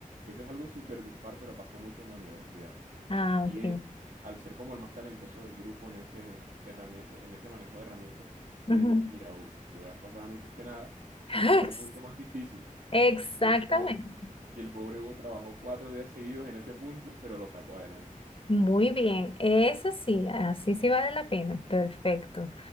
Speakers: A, on the right; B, on the left.
A: Eso es algo súper dispar, pero pasa mucho en la universidad.
B: Ah,
A: Y
B: ok.
A: él, al ser como el más talentoso del grupo en ese, herramien- en ese manejo de herramientas, le
B: Ujú.
A: dijimos, mira, Hugo, tú la vez pasada no hiciste nada,
B: <laughs>
A: te toca el
B: Ex-
A: punto más difícil.
B: Exactamente.
A: Y el po- y el pobre Hugo trabajó cuatro días seguidos en ese punto, pero lo sacó adelante.
B: Muy bien. Eso sí, así sí vale la pena. Perfecto.